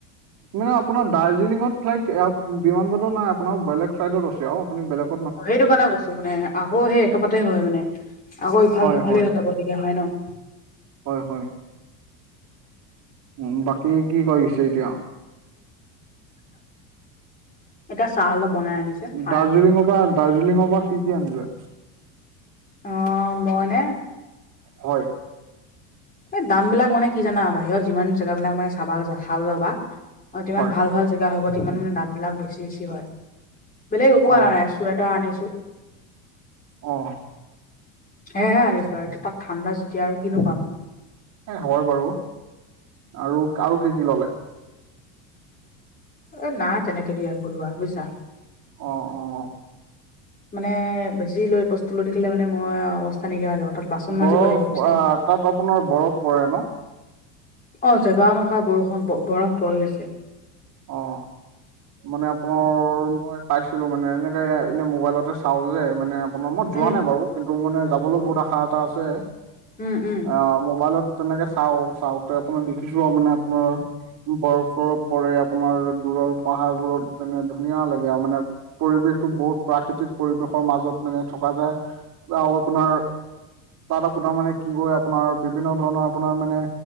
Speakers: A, on the right (about 45°); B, on the left (about 20°).
A: মানে আপোনাৰ দাৰ্জিলিঙত ফ্লাইটয় বিমান বন্দৰ নাই আপোনাৰ বেলেগ ছাইটত আছে আৰু আপুনি বেলেগ
B: অ সেইটো কাৰণে কৈছো মানে আকৌ সেই একেপাতে হয় মানে আকৌ ইফাল
A: হয়
B: সিফালে
A: হয়
B: হৈ যাব লৈগীয়া হয় ন।
A: হয় হয়। উ বাকী কি কৰিছে এতিয়া?
B: <inaudible> এতিয়া চাহ অলপ বনাই আনিছে খাই
A: দাৰ্জিলিঙৰ
B: আছো।
A: পৰা দাৰ্জিলিঙৰ পৰা কি কি আনিলে।
B: অ মই মানে
A: হয়।
B: এই দাম বিলাক মানে কি জানা বাহিৰত যিমান জেগা বিলাক মানে চাব চাব যাবা অ তিমান
A: হয়
B: ভাল ভাল জেগা হ'ব তিমান মানে দামবিলাক বেছি বেছি হয়। বেলেগ একো
A: অ
B: আনা নাই এক চুৱেটাৰ আনিছোঁ।
A: অহ।
B: সেয়েহে আনিছো আৰু এতিয়া তাত ঠাণ্ডা যেতিয়া আৰু কিনো পাম।
A: এ হয় বাৰু। আৰু আৰু কি কি ললে?
B: এ নাই তেনেকে দিয়া কলোৱা বুজিছা।
A: অ অ।
B: মানে বেছি লৈ বস্তু লৈ থাকিলে মানে মই অৱস্থা নাইকিয়া হৈ যাব তাত বাচন
A: বৰফ
B: মাজিব লাগিব বুইছা
A: আহ
B: নে।
A: তাত আপোনাৰ বৰফ পৰে ন?
B: অ জেগা অনুসাৰে বৰষুণ বৰফ পৰি আছে।
A: অহ। মানে আপোনাৰ মই পাইছিলো মানে এনেকে এনে মোবাইলতে চাও যে মানে মই যোৱা
B: উম
A: নাই বাৰু কিন্তু মানে যাবলৈ বহুত আশা এটা আছে।
B: উম উম।
A: অ মোবাইলত তেনেকে চাওঁ চাওঁতে আপোনাৰ দেখিছো আৰু মানে আপোনাৰ বৰফ চৰফ পৰে আপোনাৰ দূৰৰ পাহাৰবোৰত মানে ধুনীয়া লাগে আৰু মানে পৰিৱেশটো বহুত প্ৰাকৃতিক পৰিৱেশৰ মাজত মানে থকা যায় বা আপোনাৰ তাত আপোনাৰ মানে কি হয় আপোনাৰ বিভিন্ন ধৰণৰ আপোনাৰ মানে